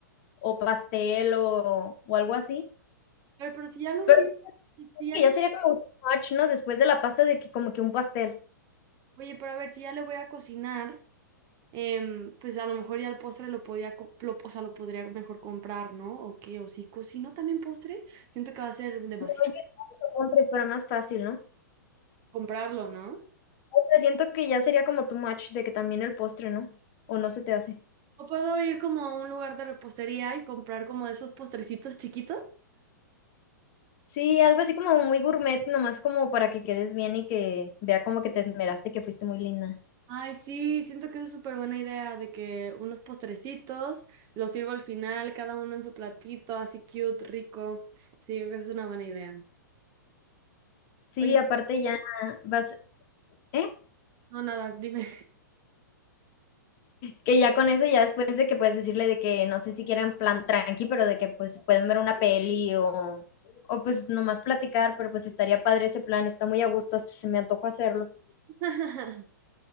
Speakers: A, on the left (about 40°); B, on the right (about 35°).
A: o pastel o, o algo así?
B: pero, pero si ya lo
A: Pero
B: voy a,
A: siento
B: si si ya
A: que
B: lo,
A: ya sería como un match, ¿no? Después de la pasta de que como que un pastel.
B: oye, pero a ver, si ya le voy a cocinar. em, pues a lo mejor ya el postre lo podía, co- lo, o sea, lo podría mejor comprar, ¿no? O qué, o si cocino también postre, siento que va a ser demasiado.
A: No, yo que lo compres para más fácil, ¿no?
B: Comprarlo, ¿no?
A: O sea, siento que ya sería como too much de que también el postre, ¿no? ¿O no se te hace?
B: O puedo ir como a un lugar de repostería y comprar como esos postrecitos chiquitos.
A: Sí, algo así como muy gourmet, nomás como para que quedes bien y que vea como que te esmeraste, que fuiste muy linda.
B: Ay, sí, siento que es súper buena idea de que unos postrecitos los sirvo al final, cada uno en su platito, así cute, rico. Sí, creo que es una buena idea.
A: Sí,
B: Oye,
A: aparte ya vas ¿eh?
B: no, nada, dime.
A: Que ya con eso, ya después de que puedes decirle de que no sé si quieran plan tranqui, pero de que, pues, pueden ver una peli o o, pues, nomás platicar, pero, pues, estaría padre ese plan, está muy a gusto, hasta se me antojó hacerlo.
B: <laughs>